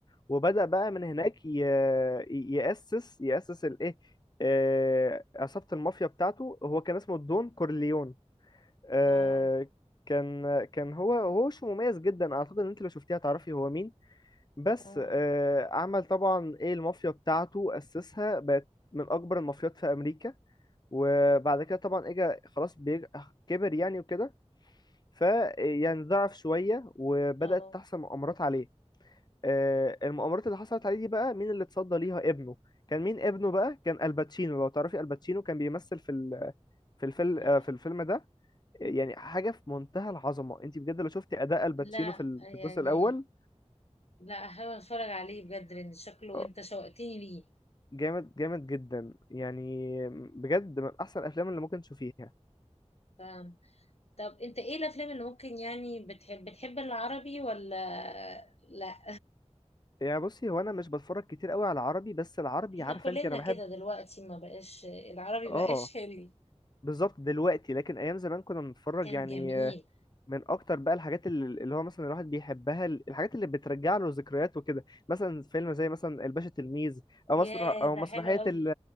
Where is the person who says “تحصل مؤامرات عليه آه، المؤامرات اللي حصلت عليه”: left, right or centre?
Left